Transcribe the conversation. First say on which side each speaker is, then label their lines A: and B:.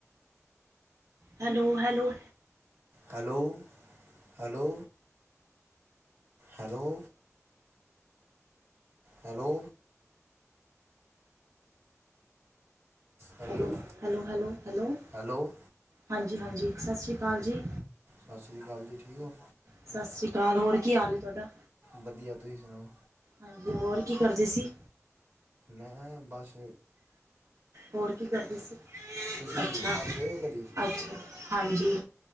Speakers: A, on the right; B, on the right.
A: hello hello,
B: hello hello, hello, hello, hello
A: hello hello, hello hello
B: hello
A: ਹਾਂਜੀ-ਹਾਂਜੀ ਸਤਿ ਸ਼੍ਰੀ ਅਕਾਲ ਜੀ।
B: ਸਤਿ ਸ਼੍ਰੀ ਅਕਾਲ ਜੀ, ਠੀਕ ਓ
A: ਸਤਿ ਸ਼੍ਰੀ ਅਕਾਲ ਹੋਰ ਕੀ ਹਾਲ ਹੈ ਤੁਹਾਡਾ
B: ਵਧੀਆ ਤੁਸੀਂ ਸੁਣਾਓ।
A: ਹਾਂਜੀ, ਹੋਰ ਕੀ ਕਰਦੇ ਸੀ।
B: ਮੈਂ ਬਸ
A: ਹੋਰ ਕੀ ਕਰਦੇ ਸੀ,
B: ਤੁਸੀਂ
A: ਅੱਛਾ।
B: ਹਜ਼ੂਰ ਸਾਹਿਬ ਗਏ ਹੋ ਕਦੀ
A: ਅੱਛਾ ਹਾਂਜੀ